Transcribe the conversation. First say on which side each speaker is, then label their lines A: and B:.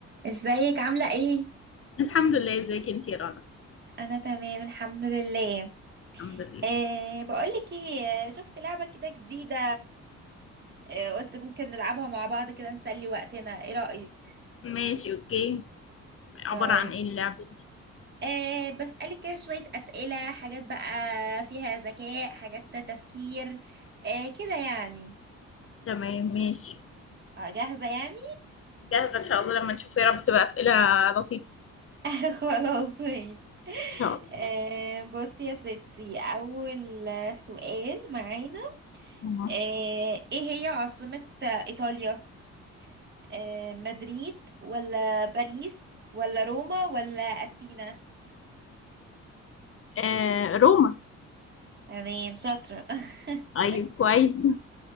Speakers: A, on the right; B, on the left.
A: ازيك عاملة ايه؟
B: الحمد لله ازيك انتي يا رنا
A: انا تمام الحمد لله
B: الحمد لله
A: أه بقولك ايه آه، شفت لعبة كده جديدة أه قلت ممكن نلعبها مع بعض كده نسلي وقتنا ايه رأيك
B: ماشي اوكي عبارة
A: طيب
B: عن ايه اللعبة دي؟
A: أه بسألك كده شوية أسئلة حاجات بقى فيها ذكاء حاجات تفكير أه كده يعني
B: تمام ماشي
A: أه جاهزة يعني
B: جاهزة ان شاء الله لما نشوف يا رب تبقى اسئلة لطيفة
A: <laughs> خلاص ماشي
B: ان شاء الله
A: أه بصي يا ستي أول سؤال معانا
B: تمام.
A: أه ايه هي عاصمة إيطاليا آه، مدريد ولا باريس ولا روما ولا أثينا
B: آه روما
A: تمام شاطرة <laughs>
B: طيب كويس